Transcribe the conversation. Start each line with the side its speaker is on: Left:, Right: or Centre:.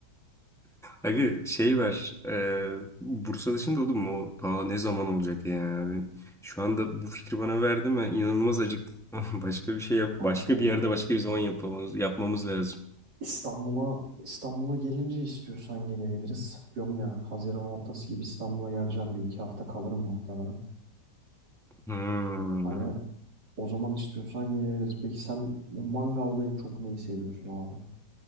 Centre: Aga şey var. E, Bursa dışında oğlum mu? o? Aa, ne zaman olacak ya? Yani Şu anda bu fikri bana verdi Ben inanılmaz acıktım. <laughs> Başka bir şey yap. Başka
Right: Abi valla
Centre: bir yerde başka bir zaman yapmamız, yapmamız lazım.
Right: İstanbul'a İstanbul'a gelince istiyorsan gelebiliriz. Diyorum ya Haziran ortası gibi İstanbul'a geleceğim bir iki hafta kalırım muhtemelen.
Centre: Hmm.
Right: Hani o zaman istiyorsan gidebiliriz. Peki sen bu mangalda en çok neyi seviyorsun abi?